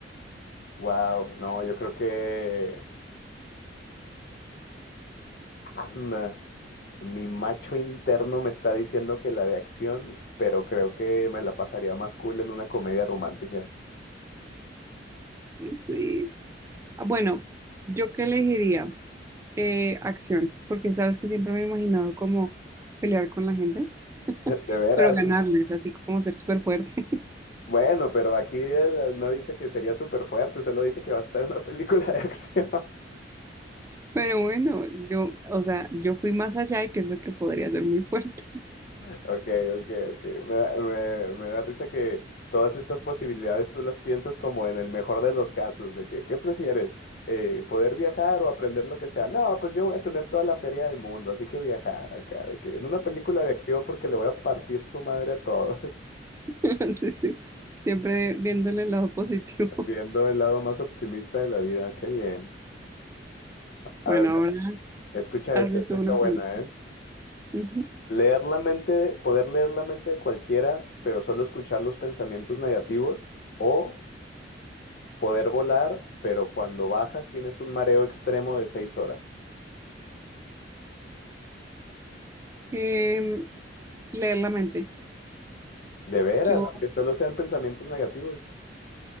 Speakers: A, on the left (about 55°); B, on the right (about 15°).
A: Wow, no, yo creo que... Anda. Mi macho interno me está diciendo que la de acción, pero creo que me la pasaría más cool en una comedia romántica.
B: Sí. Ah, Bueno, yo qué elegiría Eh, acción, porque sabes que siempre me he imaginado como pelear con la gente,
A: <laughs> De veras.
B: pero ganarles, así como ser súper fuerte. <laughs>
A: Bueno, pero aquí él no dice que sería súper fuerte, solo dice que va a estar en una película de acción.
B: Pero bueno, yo, o sea, yo fui más allá y pienso que podría ser muy fuerte.
A: Ok, ok, ok. Me da, me, me da risa que todas estas posibilidades tú las piensas como en el mejor de los casos, de que, ¿qué prefieres? Eh, ¿poder viajar o aprender lo que sea? No, pues yo voy a tener toda la feria del mundo, así que viajar acá, de que en una película de acción porque le voy a partir su madre a todos,
B: <laughs> Sí, sí. Siempre viéndole el lado positivo.
A: <laughs> viendo
B: <laughs>
A: el lado más optimista de la vida, qué bien. A
B: Bueno,
A: ver,
B: ahora
A: escucha
B: hazle
A: esta, esta
B: tú una
A: está buena,
B: pregunta.
A: ¿eh?
B: Ujú.
A: Leer la mente, de- poder leer la mente de cualquiera, pero solo escuchar los pensamientos negativos o poder volar, pero cuando bajas tienes un mareo extremo de seis horas.
B: Em, leer la mente.
A: De veras,
B: Yo
A: aunque solo sean pensamientos negativos.